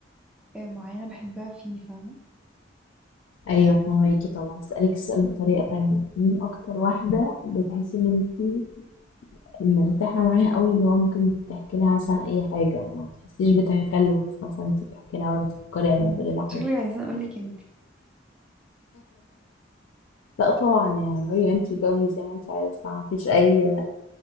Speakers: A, in the centre; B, on the left (about 80°).
A: آه، معينة بحبها فيه فاهمة
B: ايوه فهماكي طبعا هسألك السؤال بطريقة تانية مين اكتر واحدة بتحسي ان انتي مرتاحة معاها قوي اللي هو ممكن تحكي لها مثلا اي حاجة ما بتحسيش بتكلف مثلا انتي بتحكي لها ولا بتفكري قبل
A: مم.
B: ما تقولي لها
A: شكلك
B: حاجة
A: عايزين اقولك انتي
B: لا طبعا يا مريم انتي جاوبي زي ما انتي عايزة مفيش اي